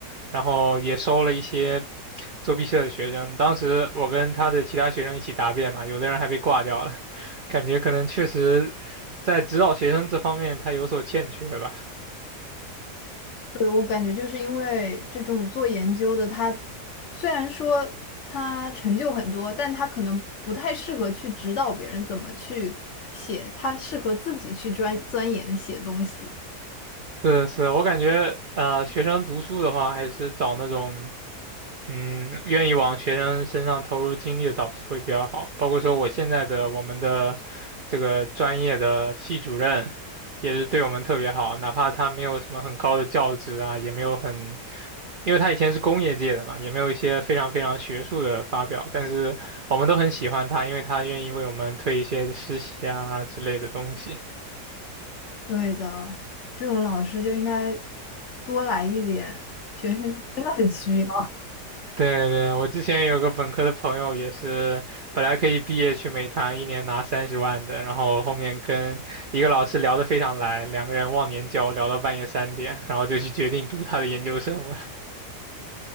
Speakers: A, on the right; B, on the left.
A: 然后也收了一些作弊社的学生，当时我跟他的其他学生一起答辩嘛，有的人还被挂掉了，感觉可能确实。在指导学生这方面他有所欠缺吧。
B: <laughs> 对，我感觉就是因为这种做研究的，他虽然说他成就很多，但他可能不太适合去指导别人怎么去写，他适合自己去钻钻研写东西。
A: 是的是的我感觉呃，学生读书的话，还是找那种嗯，愿意往学生身上投入精力的导师会比较好。包括说我现在的我们的这个专业的系主任。也是对我们特别好，哪怕他没有什么很高的教职啊，也没有很因为他以前是工业界的嘛，也没有一些非常非常学术的发表，但是我们都很喜欢他，因为他愿意为我们推一些实习啊之类的东西。
B: 对的，这种老师就应该多来一点，学生真的很需要，
A: 对对，我之前有个本科的朋友也是，本来可以毕业去美团，一年拿三十万的，然后后面跟一个老师聊得非常来，两个人忘年交聊到半夜三点，然后就去决定读他的研究生了。